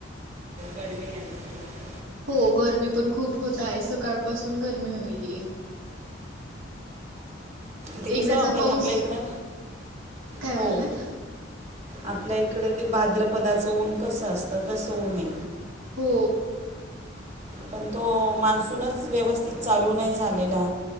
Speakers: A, on the right; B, on the right.
A: गर्मी आहे खूप
B: हो गरमी पण खूप होत आहे सकाळपासून गरमी होईली आहे <unintelligible>
A: ते कसं
B: एकदाचा
A: आपण
B: पाऊस
A: आपल्या इकडं
B: काय
A: हो
B: म्हणलात
A: आपल्या इकडे ते भाद्रपदाचं ऊन कसं असतं तसं ऊन ए
B: हो
A: पण तो मान्सूनच व्यवस्थित चालू नाही झालेला